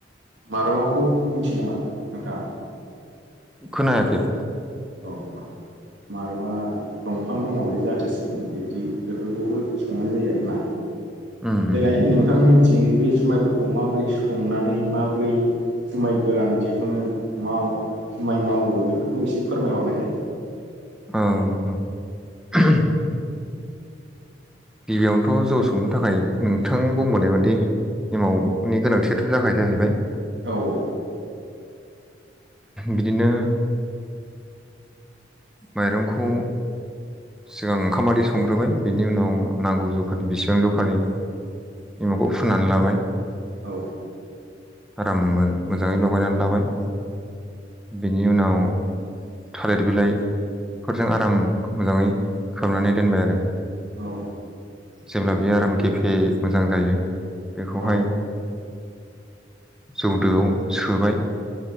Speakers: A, on the right (about 80°); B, in the centre.
A: मारवाखौ मिथियो नामा नोंथाङा
B: खोनायाखै
A: औ मारबा दंफां दङ बे जाथोसो बिदि बेफोरखौबो संनाय जायो आरोना
B: उम
A: देनाय
B: उम
A: नोंथांमोननिथिं बे जुमायफोरखौ माबोरै संनानै माबोरै जुमाय गोरान दिहुनो माव जुमाइ मावो बेफोरखौ एसे फोरमायहरनायसाय
B: औ औ। गिबियावनोथ' जौ संनो थाखाय नोंथां बुंबोनाय बादि एमावनि गोनांथियाथ' जाखायो जाहैबाय
A: औ औ।
B: बिदिनो माइरंखौ सिगां ओंखाम बै संग्रोबाय बिनि उनाव नांगौ जखानि बेसेबां जखानि बिमाखौ फुनानै लाबाय
A: औ।
B: आराम मोजाङै लगायनानै लाबाय बेनि उनाव थालिर बिलाइफोरजों आराम मोजाङै खोबनानै दोनबाय आरो।
A: औ
B: जेब्ला बे आराम गेफे मोजां जायो बेखौहाय।
A: औ
B: जौदोआव सोबाय